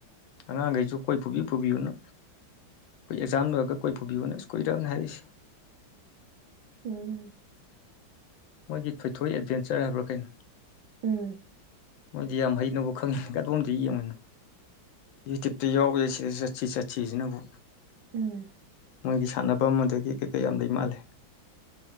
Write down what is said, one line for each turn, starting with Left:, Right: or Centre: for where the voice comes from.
Left: ꯑꯉꯥꯡꯈꯩꯁꯨ ꯀꯣꯏ ꯄꯨꯕꯤ ꯄꯨꯕꯤꯌꯨꯅ ꯑꯣꯏ ꯑꯦꯛꯖꯥꯝ ꯂꯣꯏꯔꯒ ꯀꯣꯏ ꯄꯨꯕꯤꯌꯨꯅ ꯏꯁ ꯀꯨꯏꯔꯝꯅꯤ ꯍꯥꯏꯔꯛꯏꯁꯤ꯫
Right: ꯎꯝ
Left: ꯃꯣꯏꯒꯤ ꯊꯣꯏꯊꯣꯏ ꯑꯦꯗꯚꯦꯟꯆꯔ ꯍꯥꯏꯕ꯭ꯔꯥ ꯀꯩꯅꯣ
Right: ꯎꯝ
Left: ꯃꯣꯏꯗꯤ ꯌꯥꯝ ꯍꯩꯅꯕꯨ ꯈꯪꯉꯤ ꯀꯗꯣꯝꯗꯩ ꯌꯦꯡꯉꯨꯏꯅꯣ ꯌꯨꯇ꯭ꯌꯨꯕꯇ ꯌꯥꯎꯑꯦ ꯁꯤꯗ ꯆꯠꯁꯤ ꯆꯠꯁꯤ ꯆꯠꯁꯤꯖꯤꯅꯕꯨ
Right: ꯎꯝ
Left: ꯃꯣꯏꯒꯤ ꯁꯥꯟꯅꯕꯝ ꯑꯗꯒꯤ ꯀꯩ ꯀꯩ ꯌꯥꯝ ꯂꯩ ꯃꯥꯜꯂꯦ